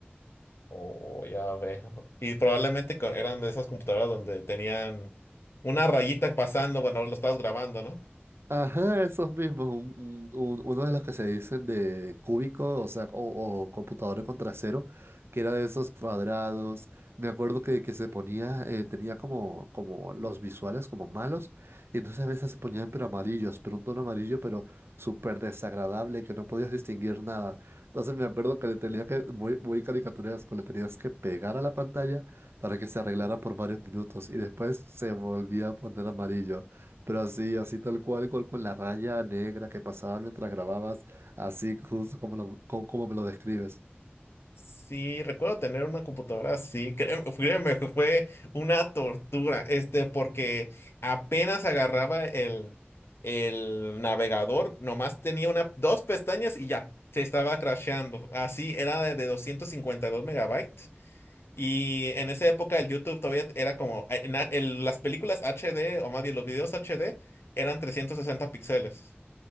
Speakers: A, on the left (about 75°); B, on the right (about 75°).
A: Oh, ya veo. Y probablemente co- eran de esas computadoras donde tenían una rayita pasando, bueno, lo estabas grabando, ¿no?
B: Ajá, esos mismos, un- un- un- uno de los que se dicen de cúbico, o sea, o, o computadora con trasero, que era de esos cuadrados. Me acuerdo que, que se ponía, eh, tenía como, como los visuales como malos, y entonces a veces se ponían pero amarillos, pero un tono amarillo, pero súper desagradable, que no podías distinguir nada. Entonces me acuerdo que le tenía que, muy, muy caricaturesco, le tenías que pegar a la pantalla para que se arreglara por varios minutos, y después se volvía a poner amarillo. Pero así, así tal cual, con, con la raya negra que pasaba mientras grababas, así justo como, lo- co- como me lo describes.
A: Sí, recuerdo tener una computadora así, créeme, créeme que fue una tortura, este, porque apenas agarraba el, el navegador, nomás tenía una, dos pestañas y ya, se estaba crasheando. Así era de, de 252 megabytes. Y en esa época el YouTube todavía era como, en la- en las películas HD, o más bien los videos HD, eran 360 píxeles.